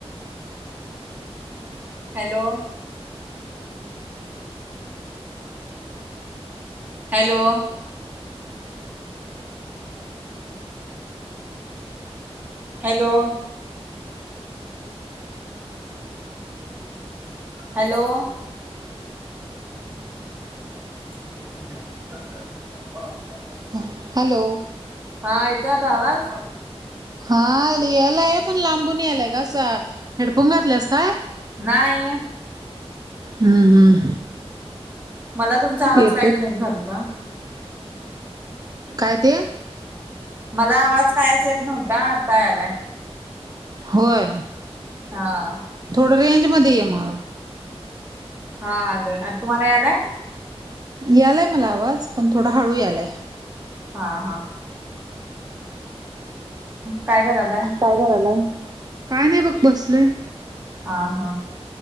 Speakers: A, on the right; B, on the right.
A: हॅलो हॅलो हॅलो हॅलो ते
B: हॅल- हॅलो
A: हा येतो आता आवाज
B: हा यायलाय पण लांबून यालाय कासा हेडफोन घातलास काय
A: नाही
B: हम्म हम्म
A: मला तुमचा आवाज
B: येतोय
A: काहीचेन झालता.
B: का ते?
A: मला आवाज कायच येत नव्हता आता यालाय
B: होय.
A: हा
B: थोडं रेंज मध्ये आहे मग
A: हा आलोय आ तुम्हाला यालाय
B: यालाय मला आवाज पण थोडा हळू यालाय
A: हा हा काय करायलाय
B: टायगर आलाय काय नाही बघ बसलय
A: हा हा